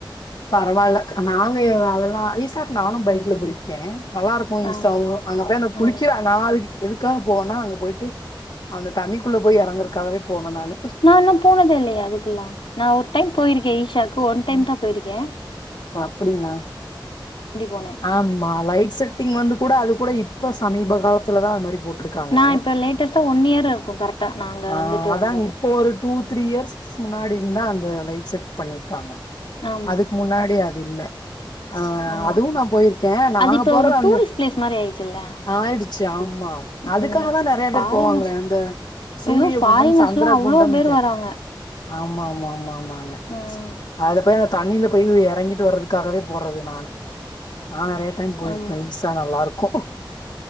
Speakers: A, on the left; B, on the left.
A: பரவால்ல நானு அதெல்லா இஸ்க் <unintelligible> நானும் பைக்ல போயிருக்கே நல்லா இருக்கு
B: ஆ,
A: ஈஷாவு அங்க போய் அந்த
B: ஆ.
A: குளிக்கிற <unintelligible> எதுக்காக போவன்னா அங்க போயிட்டு அந்த தண்ணிக்குள்ள போய் எறங்கறக்காகவே போவேன் நானு.
B: நா இன்னு போனதே இல்லையே அதுக்கெல்லா நா ஒரு டைம் போயிருக்கே ஈஷாக்கு ஒன் டைம்தா
A: ம்.
B: போயிருக்கே
A: ஓ அப்டிங்களா
B: போனேன்.
A: ஆமா லைட் செட்டிங் வந்து கூட அது கூட இப் போ சமீப காலத்திலதா அது மாரி போட்ருக்காங்க
B: நான் இப்ப லேட்டஸ்ட்டா இயர் இருக்கும் கரெக்ட்டா நாங்க
A: ஆஹ்
B: வந்துட்டு
A: அதாங்க
B: வந்தது.
A: இப்போ ஒரு டூ த்ரீ இயர்ஸ்க்கு முன்னாடி இருந்துதா அந்த லைட் செட் பண்ணிருக்காங்க
B: ஆமா
A: அதுக்கு முன்னா டி இல்ல ஆஹ்
B: ஆமா
A: அதுவு நா போயிருக்கே நாங்க
B: அது இப்ப
A: போறது
B: ஒரு டூரிஸ்ட்
A: அந்த
B: பிளேஸ் மாரி ஆயிடுச்சுல்ல
A: ஆயிடுச்சு ஆமா அதுக்காகதா
B: ம்
A: நெறைய
B: ஃபாரினர்ஸ்
A: பேர் போவாங்களே அந்த சூரிய
B: ஐயோ ஃபாரினர்ஸ்லா
A: குண்டம் சந்திர
B: அவ்ளோ
A: குண்டம்ன்ட்டு
B: பேர் வராங்க
A: ஆமா ஆமா ஆமா ஆமாங்க
B: ம்
A: அதுல போய் அந்த தண்ணில போய் எறங் கிட்டு வர்றதுக்காகவே போறது நானு நா நெறைய டைம் போயிருக்கே
B: ஆமா
A: ஈஷா நல்லா இருக்கு